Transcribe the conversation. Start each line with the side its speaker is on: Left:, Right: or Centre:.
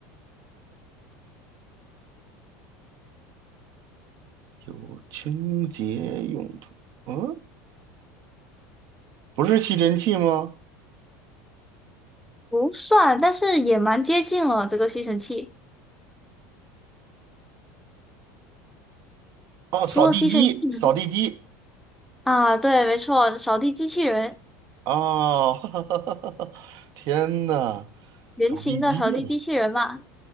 Right: 有清洁用途，嗯，不是吸尘器吗？
Centre: 不算，但是也蛮接近了这个吸尘器。
Right: 哦，扫地机，
Centre: 除了吸尘器呢？
Right: 扫地机
Centre: 啊，对，没错，扫地机器人，
Right: 哦，<laughs> 哈哈哈哈哈！天呐，
Centre: 圆形的扫地机器人嘛。
Right: 扫地机呀！